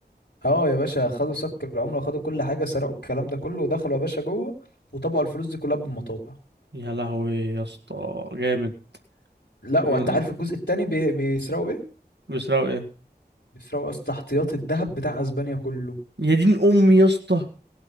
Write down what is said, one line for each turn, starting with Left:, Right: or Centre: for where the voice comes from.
Left: اه يا باشا خدوا سك العمله وخدوا كل حاجه سرقوا الكلام ده كله ودخلوا يا باشا جوه وطبعوا الفلوس دي كلها بالمطابع
Right: يا لهوي يا اسطى جامد
Left: لا
Right: جامد
Left: وانت
Right: اه
Left: عارف الجزء التاني بي... بيسرقوا ايه
Right: بيسرقوا ايه
Left: بيسرقوا يا اسطى احتياط الذهب بتاع اسبانيا كله
Right: يا دين امي يا اسطى